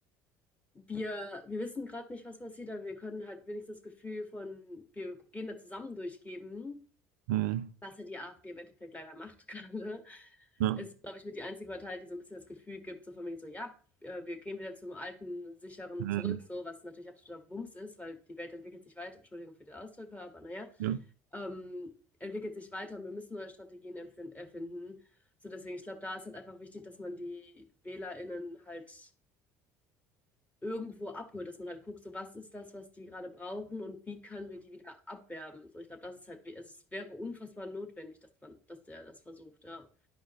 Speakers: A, on the left; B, on the right.
A: wir, wir wissen gerade nicht, was passiert, aber wir können halt wenigstens das Gefühl von, wir gehen da zusammen durchgeben,
B: hm,
A: was ja die AfD im Endeffekt leider macht <laughs> gerade,
B: ja,
A: ist, glaube ich, mit die einzige Partei, die so ein bisschen das Gefühl gibt, so von wegen so, ja, äh, wir gehen wieder zum alten, sicheren
B: hm,
A: zurück, so, was natürlich absoluter Wumms ist, weil die Welt entwickelt sich weiter, Entschuldigung für den Ausdruck, aber naja.
B: ja,
A: ähm, entwickelt sich weiter und wir müssen neue Strategien empfin- erfinden. So deswegen, ich glaube, da ist halt einfach wichtig, dass man die WählerInnen halt irgendwo abholt, dass man halt guckt, so was ist das, was die gerade brauchen und wie können wir die wieder abwerben. So, ich glaube, das ist halt, we- also es wäre unfassbar notwendig, dass man, dass der das versucht, ja.